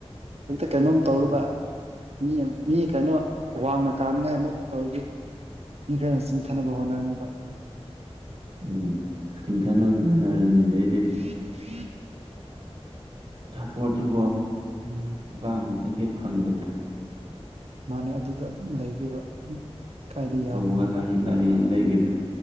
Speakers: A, on the right; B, on the right.
A: ꯍꯦꯛꯇ ꯀꯩꯅꯣꯝ ꯇꯧꯔꯕ ꯃꯤ ꯃꯤ ꯀꯩꯅꯣ ꯋꯥꯡꯅ ꯀꯥꯅꯤꯡꯉꯥꯏ ꯑꯃꯨꯛ ꯇꯧꯔꯗꯤ ꯃꯤ ꯈꯔꯅ ꯆꯤꯡꯊꯅꯕ ꯍꯣꯠꯅꯅꯤꯕ
B: ꯎꯝ ꯆꯤꯡꯊꯅꯕꯖꯨ ꯍꯣꯠꯅꯔꯅꯤ
A: <inaudible>
B: ꯑꯗꯩ ꯁꯞꯄꯣꯔꯠꯁꯦꯀꯣ
A: ꯎꯝ
B: ꯑꯄꯥꯝꯕꯗ ꯆꯠꯀꯦ ꯐꯪꯗꯕꯗꯣ
A: ꯃꯥꯅꯦ ꯑꯗꯨꯗ ꯑꯗꯨꯝ ꯂꯩꯈ꯭ꯔꯦꯕ ꯑꯗꯨꯗꯤ ꯀꯥꯏꯗ ꯌꯥꯗꯣꯏꯅꯣꯕ
B: ꯇꯧꯕꯒ ꯂꯥꯏꯔꯤꯛ ꯂꯥꯏꯔꯤꯛ ꯂꯩꯈꯤꯕꯗꯣ